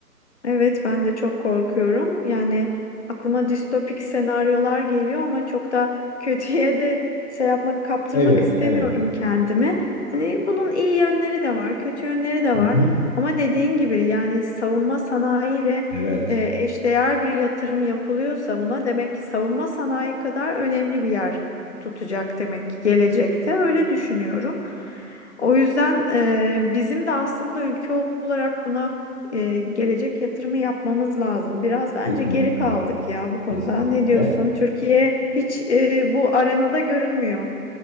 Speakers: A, on the left (about 45°); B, on the left (about 25°).
A: Evet, ben de çok korkuyorum. Yani aklıma distopik senaryolar geliyor ama çok da <laughs> kötüye de şey yapmak, kaptırmak
B: Evet,
A: istemiyorum
B: evet.
A: kendimi. Hani bunun iyi yönleri de var, kötü yönleri de
B: Hı
A: var.
B: hı.
A: Ama dediğin gibi yani savunma sanayiyle
B: Evet,
A: e, eşdeğer bir yatırım yapılıyorsa buna demek ki savunma sanayi kadar önemli bir yer tutacak demek ki gelecekte. Öyle düşünüyorum. O yüzden e, bizim de aslında ülke olarak buna e, gelecek yatırımı yapmamız lazım. Biraz bence
B: kesinlikle,
A: geri kaldık ya bu konuda.
B: kesinlikle.
A: Ne diyorsun? Türkiye hiç e, bu arenada görünmüyor.